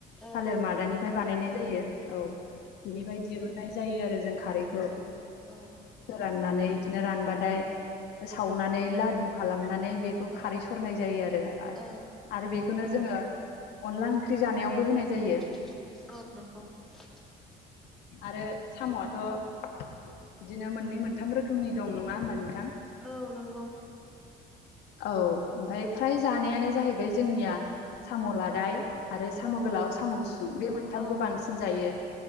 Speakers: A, in the centre; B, on the left.
A: औ
B: थालेर मादानिफ्राय बानायनाय जायो। औ बिनिफ्राय दिरुननाय जायो आरो जों खारैखौ
A: औ औ
B: फोराननानै बिदिनो रानबाथाय सावनानै लादु खालामनानै बेखौ
A: औ
B: खारै सरनाय जायो आरो
A: औ
B: आरो बेखौनो जोङो अनला ओंख्रि जानायावबो होनाय जायो।
A: <unintelligible> <unintelligible>
B: आरो साम'आथ' बिदिनो मोननै मोनथाम रोखोमनि दं। नङा होमबा नोंथां?
A: औ नंगौ।
B: औ ओमफाय फ्राय जानायानो जाहैबाय जोंनिया साम' लादाय आरो साम'
A: औ
B: गोलाव साम' गुसुं बे मोनथामखौ
A: औ
B: बां सिन जायो